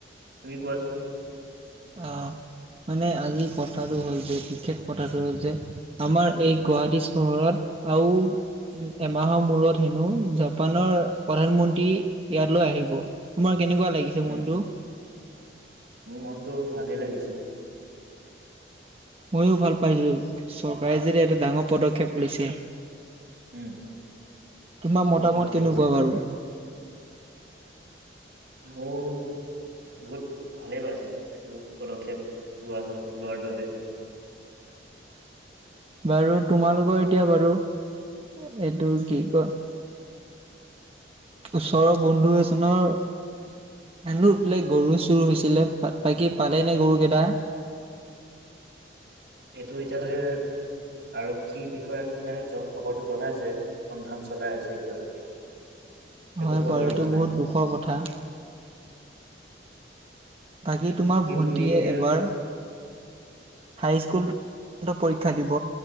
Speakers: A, on the right; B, on the right.
A: তুমি কোৱাচোন?
B: অ মানে আজি কথাটো হ'ল যে বিশেষ কথাটো হ'ল যে। আমাৰ এই গুৱাহাটী চহৰত আও এমাহৰ মূৰত হেনো জাপানৰ প্ৰধানমন্ত্ৰী ইয়ালৈ আহিব। তোমাৰ কেনেকুৱা লাগিছে
A: উম
B: মনটো?
A: মোৰ মনতটো ভালে লাগিছে।
B: ময়ো ভাল পাইছো চৰকাৰে যে এটা ডাঙৰ পদক্ষেপ লৈছে।
A: উম
B: তোমাৰ মতামত
A: মোৰো ভাল লাগিছে
B: কেনেকুৱা বাৰু?
A: মোৰ বহুত ভালেই পাইছো মোক এইটো পদক্ষেপ লোৱাৰ বাবে লোৱাৰ বাবে।
B: বাৰু তোমালোকৰ এতিয়া বাৰু এইটো কি কয়। ওচৰৰ বন্ধু এজনৰ <unintelligible> বোলে গৰু চুৰ হৈছিলে বাকি পালে নে গৰু কেইটা?
A: এইটো এতিয়ালৈকে আৰক্ষী বিষয়াক মানে খবৰটো জনাইছে। সন্ধান চলাই আছে এতিয়ালৈকে।
B: হয়
A: একো খবৰ
B: বাৰু
A: অহা
B: এইটো
A: নাই
B: বহুত দুখৰ কথা। বাকী তোমাৰ ভন্টিয়ে
A: তুমি এতিয়া
B: এবাৰ, হাইস্কুল পৰীক্ষা দিব